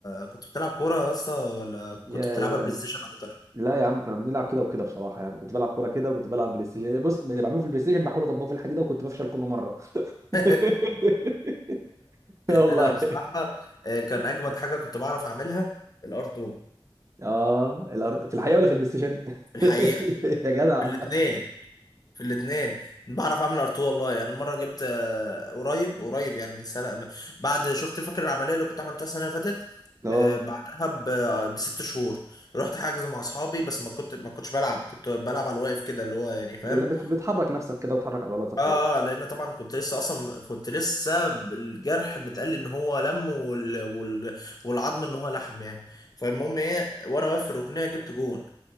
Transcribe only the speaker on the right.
يا
ده-
لا يا عم كنا بنلعب كده وكده بصراحه يعني كنت بلعب كوره كده وكنت بلعب بلاي ستيشن بص اللي بعمله في البلاي ستيشن بحاول اطبقه في الحديده وكنت بفشل كل مره <laughs>
والله
اه الارض في الحقيقه ولا في البلاي ستيشن
<laughs> يا جدع
اه
بت- بتحرك نفسك كده وتحرك عضلاتك
كده